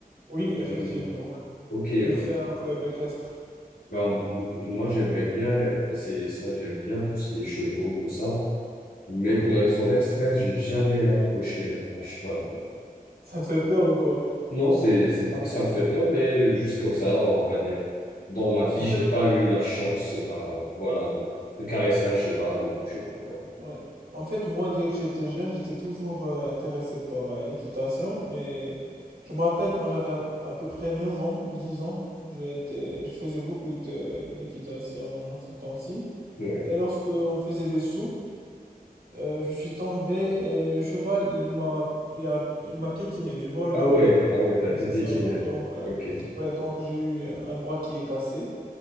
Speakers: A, on the right (about 90°); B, on the left (about 80°).
A: Oui, effectivement.
B: Je me-
A: ouais.
B: Ok,
A: Je fais
B: bah,
A: un club équestre.
B: bah, m- m- moi j'aimerais bien essayer ça, j'aime bien tout ce qui est chevaux, tout ça. Mais
A: Oui.
B: pour être honnête, frère, j'ai jamais approché un cheval, quoi.
A: Ça te fait peur ou quoi?
B: Non, c'est, c'est pas que ça me fait peur, mais juste comme ça, on va dire. Dans ma vie,
A: En fait,
B: j'ai pas eu la chance, bah, voilà, de, de caresser un cheval ou je sais pas quoi.
A: Ouais. En fait, moi, dès que j'étais jeune, j'étais toujours euh, intéressé par euh, l'équitation, mais je me rappelle quand j'avais à, à peu près 9 ans ou 10 ans, j'étais, je faisais beaucoup de- d'équitation ces temps-ci.
B: Ouais.
A: Et lorsque on faisait des sauts, euh, je suis tombé et le cheval, il m'a, il a, il m'a piétiné, tu vois le
B: Ah
A: truc,
B: ouais, ah ouais, t'as
A: avec
B: été
A: ses
B: piétiné.
A: sabots. Donc, euh,
B: Ok.
A: ouais, donc j'ai eu un bras qui est cassé.